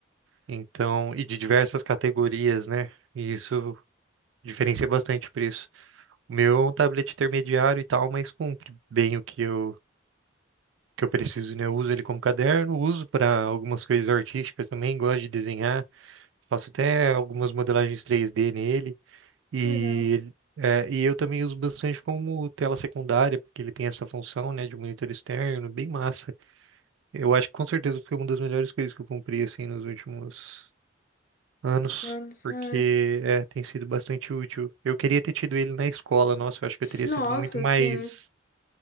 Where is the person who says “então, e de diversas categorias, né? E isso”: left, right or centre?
Right